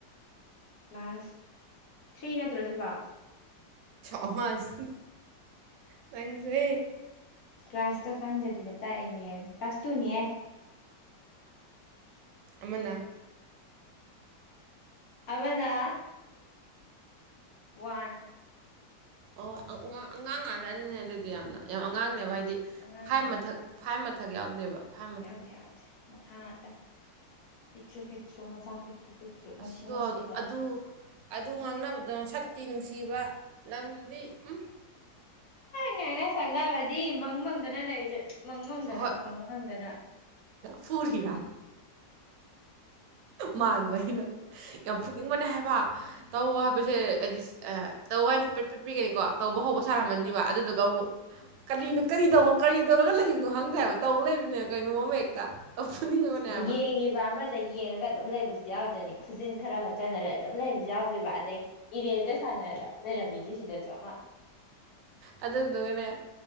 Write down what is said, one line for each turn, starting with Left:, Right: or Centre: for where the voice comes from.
Left: ꯀ꯭ꯂꯥꯁ ꯊ꯭ꯔꯤ ꯅꯠꯇ꯭ꯔꯁꯤꯕꯨ
Right: ꯑꯉꯥꯡꯁꯤ ꯅꯪꯁꯦ
Left: ꯀ꯭ꯂꯥꯁꯀ ꯈꯪꯗꯕꯤꯗ ꯇꯥꯛꯏꯅꯦ ꯀ꯭ꯂꯥꯁ ꯇꯨꯅꯦ ꯍꯦ
Right: ꯑꯃꯅ
Left: ꯑꯃꯅ ꯋꯥꯟ
Right: ꯑꯣ ꯑꯉꯥꯡ ꯉꯥꯛ ꯇꯅꯤꯅꯦ ꯑꯗꯨꯗꯤ ꯌꯥꯝꯅ ꯌꯥꯝ ꯑꯉꯥꯡꯅꯦꯕ
Left: ꯃꯥꯅꯦ
Right: ꯍꯥꯏꯗꯤ
Left: ꯑꯉꯥꯡꯅꯦ
Right: ꯐꯥꯏꯚ
Left: ꯑꯉꯥꯡ
Right: ꯃꯊꯛ ꯐꯥꯏꯚ ꯑꯊꯛ ꯌꯥꯎꯗꯦꯕ ꯐꯥꯏꯚ ꯃꯊꯛ
Left: ꯌꯥꯎꯗꯦ ꯌꯥꯎꯗꯦ ꯃꯈꯥ ꯉꯥꯛꯇꯥꯅꯦ ꯄꯤꯛꯇꯔꯨ ꯄꯤꯛꯇꯔꯨ ꯃꯆꯥ ꯄꯤꯛꯇ꯭ꯔꯨ ꯄꯤꯛꯇ꯭ꯔꯨ ꯅꯨꯡꯁꯤ
Right: ꯑꯁꯗꯣ
Left: ꯅꯨꯡꯁꯤꯕ
Right: ꯑꯗꯨ ꯑꯗꯨ ꯉꯥꯡꯅꯕꯗꯣ ꯁꯛ ꯇꯤꯅꯨ ꯊꯤꯕ ꯂꯝꯗꯤ ꯎꯝ
Left: ꯉꯥꯡꯅ ꯁꯪꯅꯕꯗꯤ ꯃꯪ ꯃꯪꯗꯅ ꯂꯩꯔꯤꯁꯦ ꯃꯪ ꯃꯪꯗꯅ
Right: ꯍꯣꯏ
Left: ꯃꯪ ꯃꯪꯗꯅ
Right: ꯐꯨꯔꯤꯔꯥ ꯃꯥꯟꯕ ꯑꯩꯅ ꯌꯥꯝ ꯐꯨꯅꯤꯡꯕꯅꯦ ꯍꯥꯏꯕ ꯇꯧ ꯍꯥꯏꯕꯁꯦ ꯍꯥꯏꯗꯤ ꯇꯧ ꯍꯥꯏꯕꯗꯣ ꯄꯔ꯭ꯦꯛꯄꯤꯒꯅꯤꯀꯣ ꯇꯧꯕ ꯍꯧꯕ ꯁꯥꯔꯝꯃꯅꯤꯕ
Left: ꯎꯝ
Right: ꯑꯗꯨꯗꯨꯒ ꯑꯃꯨꯛ ꯀꯔꯤꯅ ꯀꯔꯤꯗꯧ ꯀꯔꯤ ꯇꯧꯔꯒ ꯂꯩ ꯑꯗꯨ ꯍꯪꯗꯦ ꯍꯥꯏꯕ ꯇꯧ ꯂꯩꯕꯅꯦ ꯀꯩꯅꯣꯝ ꯑꯃ ꯑꯐꯨꯅꯤꯡ ꯉꯥꯕꯅꯦꯕ
Left: ꯌꯦꯡꯉꯤꯕ ꯑꯃꯗ ꯌꯦꯡꯉꯒ ꯑꯗꯨꯝ ꯂꯩꯕꯁꯨ ꯌꯥꯎꯗꯣꯏꯅꯤ ꯈꯨꯖꯤꯟ ꯈꯔ ꯍꯣꯠꯆꯜꯅꯔꯦ ꯑꯗꯨꯝ ꯂꯩꯕꯁꯨ ꯌꯥꯎꯗꯣꯏꯕ ꯑꯗꯩ ꯏꯔꯦꯖꯩ ꯁꯥꯟꯅꯔꯒ ꯂꯩꯔꯝꯃꯤꯁꯦ ꯁꯤꯗꯁꯨ ꯑꯃ
Right: ꯑꯗꯨꯗꯨꯒꯅꯦ